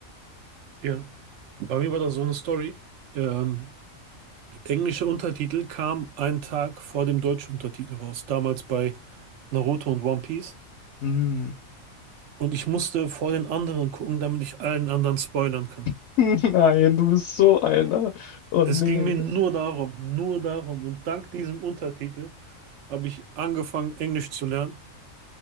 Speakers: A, on the right; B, on the left.
A: Ja. Bei mir war das so eine Story. Ähm, englische Untertitel kam einen Tag vor dem deutschen Untertitel raus. Damals bei Naruto und One Piece.
B: Mm.
A: Und ich musste vor den anderen gucken, damit ich allen anderen spoilern kann.
B: <laughs> Nein, du bist so einer. Oh nee,
A: Es ging mir nur darum, nur darum. Und dank diesem Untertitel habe ich angefangen, Englisch zu lernen.